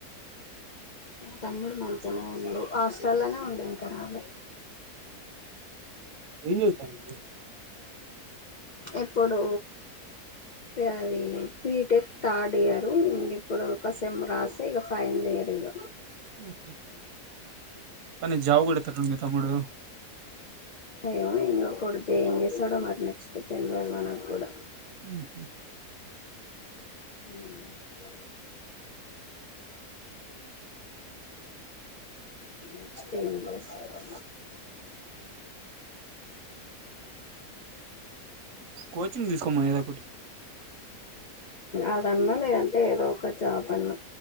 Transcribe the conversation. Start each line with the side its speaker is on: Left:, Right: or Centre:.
Left: మా తమ్ముడు మంచినే ఉన్నాడు హాస్టల్లోనే ఉండు కర్నుల్ లే
Right: ఏం చెస్తాన్నాడు
Left: ఇప్పుడు అది బీటెక్ థర్డ్ ఇయరు ఇప్పుడు ఓక సెమ్ రాసి ఇక ఫైనల్ ఇయర్ ఇక
Right: ఉహు ఎట్లాన్న జాబ్ గొడతాడు మీ తమ్ముడు
Left: అయ్యో నా కొడకు ఏం చేస్తాడొ మరి నెక్స్ట్ తెలివాదు నాక్కూడ
Right: ఉహూ
Left: హ్మ్ <inaudible> నెక్స్ట్ ఏం చేస్తాడొ
Right: కోచింగ్ తీసుకోమనల్ల ఒకటి
Left: అదన్న లేదంటే ఏదో ఒక ఒక జాబ్ అన్న